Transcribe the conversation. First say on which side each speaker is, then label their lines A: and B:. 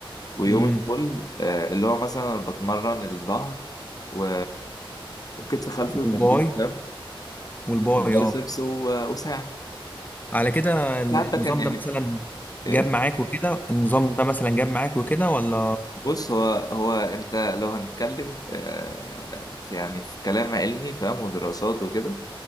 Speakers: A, on the left; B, on the left.
A: ويوم
B: امم
A: الكل آه، اللي هو مثلا بتمرن الظهر و... وكتف خلفي
B: والباي
A: وترابيز فاهم
B: والباي
A: وبايسبس
B: اه
A: و... وساعد
B: على كده النظام
A: الساعد ده كان يعني
B: ده مثلا
A: ايه
B: جاب معاك وكده النظام ده مثلا جاب معاك وكده ولا
A: بص هو هو انت لو هنتكلم آه، في يعني في كلام علمي فاهم ودراسات وكده